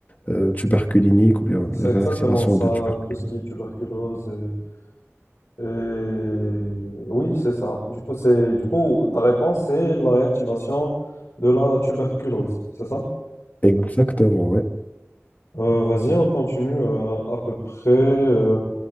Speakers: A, on the left (about 35°); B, on the left (about 85°).
A: euh, tuberculinique ou bien
B: C'est
A: la réactivation
B: exactement ça,
A: de tuberculose.
B: tout ce qui est tuberculose. Et, et- Oui, c'est ça. Du coup, c'est, du coup, ta réponse, c'est la réactivation de la tuberculose, c'est ça?
A: Exactement, ouais.
B: Euh, vas-y, on continue euh, à peu près. euh,